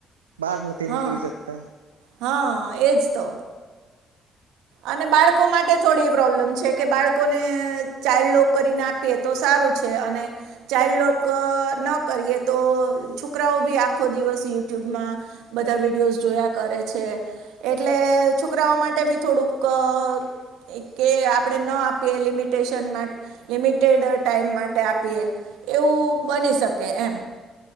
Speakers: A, on the right (about 85°); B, on the right (about 70°).
A: બહાર નથી
B: હા
A: નીકળી શકતા
B: હા એજ તો અને બાળકો માટે થોડી પ્રોબ્લેમ છે, કે બાળકોને ચાઇલ્ડ લોક કરીને આપીએ તો સારું છે, અને ચાઇલ્ડ લોક ન કરીએ તો છોકરાઓ બી આખો દિવસ યુટ્યુબમાં બધા વિડીયોઝ જોયા કરે છે, એટલે છોકરાઓ માટે બી થોડુંક કે આપણે ન આપીએ લિમિટેશન લિમિટેડ ટાઈમ માટે આપીએ. એવું બની શકે એમ